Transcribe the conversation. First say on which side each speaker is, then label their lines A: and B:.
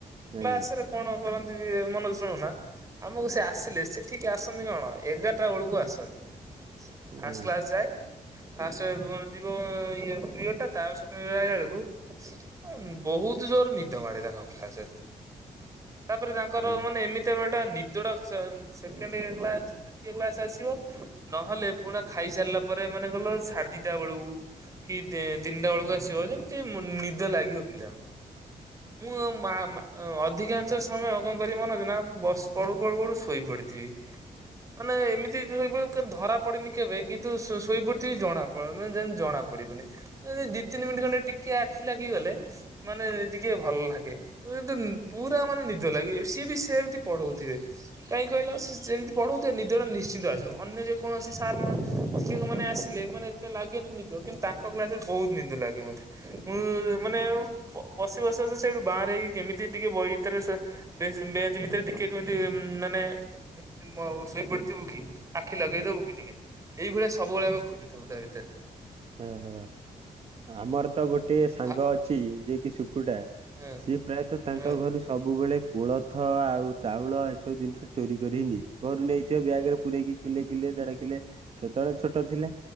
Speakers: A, on the right (about 45°); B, on the right (about 20°).
A: ଆଜ୍ଞା
B: କ୍ଲାସରେ କଣ କରନ୍ତି ବି ମାନେ ଶୁଣୁନା। ଆମକୁ ସେ ଆସିଲେ ସେ ଠିକେ ଆସନ୍ତି କଣ ଏଗାରଟା ବେଳକୁ ଆସନ୍ତି। ଫାଷ୍ଟ
A: ହଁ
B: କ୍ଲାସ ଯାଏ। ଫାଷ୍ଟ ମାନେ ଜିବା ଇଏ ପିରିୟଡ ଟା ତା ସକାଳେ <unintelligible> ଆଇଲା ବେଳକୁ ଅଁ ବୋ ବୋହୁତ ଜୋରେ ନିଦ ମାଡେ ତାଙ୍କ କ୍ଲାସରେ।
A: <unintelligible>
B: ତାପରେ ତାଙ୍କର
A: ଆଜ୍ଞା।
B: ମାନେ ଏମିତିଆ ଗୋଟେ ନି ଯୋଉଟା ସେ ସେକେଣ୍ଡ କ୍ଲାସ ଦ୍ୱିତୀୟ କ୍ଲାସ୍ ଆସିବ ନହେଲେ ପୁଣା ଖାଇସାରିଲା ପରେ ମନ ଗଲ ସାଢେ ଦିଟା ବେଳକୁ କି ଦି ତିନିଟା ବେଳକୁ ଆସିବ ଯେମିତି ମୁ ନିଦ ଲାଗିବ ପିଲାଙ୍କୁ।
A: <unintelligible>
B: ମୁଁ ମା-ମା ଅଧିକାଂଶ ସମୟ କଣ କରିବନା ବ ପଢୁ ପଢୁ ପଢୁ ଶୋଇ ପଡିଥିବି। ମାନେ ଏମିତି ଶୋଇପଡି ଧରା ପଡନି କେବେ କିନ୍ତୁ ଶୋଇ ଶୋଇ ପଡିଥିବି ଜଣା ପଡ ଯେମତି ଜଣା ପଡିବନି ଇଂ ଦି ତିନି ମିନିଟ୍ ଖଣ୍ଡେ ଟିକେ ଆଖି ଲାଗିଗଲେ ମାନେ ଟିକେ ଭଲ ଲାଗେ। <unintelligible> ପୁରା ମାନେ ନିଦ ଲାଗେ ସିଏ ବି ସେମତି ଥିବେ କାଇଁ କହିଲ ସେ ଯେମିତି ପଢୋଉଥିବେ ନିଦଟା ନିଶ୍ଚିନ୍ତ ଆସିବ। ଅନ୍ୟ ଯେକୌଣସି ସାର୍ ଶିକ୍ଷକ ମାନେ ଆସିଲେ ମାନେ ଏତେ ଲାଗେନି ନିଦ। କିନ୍ତୁ ତାଙ୍କ କ୍ଲାସରେ ବୋହୁତ ନିଦ ଲାଗେ ମତେ। ମୁଁ ମାନେ ପ-ପଶି ପଶି ପଶି ସେଇଠୁ ବାହାରେ କେମିତି ଟିକେ ବହି ଭିତରେ ସେ ବେ-ବେଞ୍ଚ ଭିତରେ ଟିକେ କେମିତି ମାନେ <inaudible> ଶୋଇ ପଡିଥିବୁ କି ଆଖି ଲଗେଇଦୋବୁ କି ଟିକେ ଏଇଭଳିଆ ସବୁବେଳେ ଆମେ ଖୋଜୁଥାଉ ତାଭିତରେ।
A: ହଁ ହଁ ଆମର ତ ଗୋଟିଏ ସାଙ୍ଗ
B: ଭା
A: ଅଛି ଯିଏକି ଶୁକୁଟା।
B: ହଁ
A: ସିଏ ପ୍ରାୟତଃ ତାଙ୍କ
B: ହଁ
A: ଘରୁ ସବୁବେଳେ କୋଳଥ ଆଉ ଚାଉଳ ଏସବୁ ଜିନିଷ ଚୋରି କରି ନିଏ। ଘରୁ ନେଇଥିବ ବ୍ୟାଗରେ ପୁରରେକି କିଲେ କିଲେ ଦେଢ଼ କିଲେ ସେତେବେଳେ ଛୋଟ ଥିଲା